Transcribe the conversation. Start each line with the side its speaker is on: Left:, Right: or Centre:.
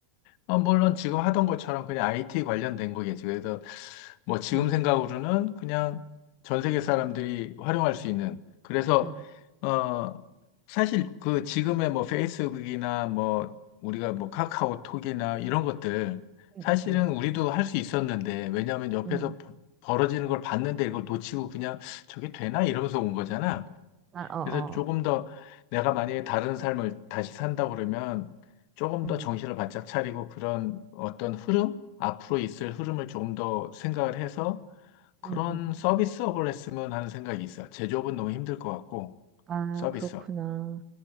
Left: 어, 물론 지금 하던 것처럼 그냥 IT 관련된 거겠지. 그래서 뭐 지금
Right: 음,
Left: 생각으로는 그냥 전 세계 사람들이 활용할 수 있는. 그래서,
Right: 음,
Left: 어, 사실 그 지금의 뭐 페이스북이나 뭐 우리가 뭐 카카오톡이나 이런 것들
Right: 음,
Left: 사실은
Right: 음,
Left: 우리도 할 수 있었는데 왜냐하면 옆에서
Right: 음.
Left: 벌어지는 걸 봤는데 이걸 놓치고 그냥 저게 되나? 이러면서 온 거잖아.
Right: 아, 어,
Left: 그래서 조금
Right: 어,
Left: 더 내가 만약에 다른 삶을 다시 산다 그러면 조금
Right: 음,
Left: 더 정신을 바짝 차리고 그런 어떤 흐름, 앞으로 있을 흐름을 조금 더 생각을 해서 그런
Right: 음, 음.
Left: 서비스업을 했으면 하는 생각이 있어. 제조업은 너무 힘들 것 같고,
Right: 아,
Left: 서비스업.
Right: 그렇구나.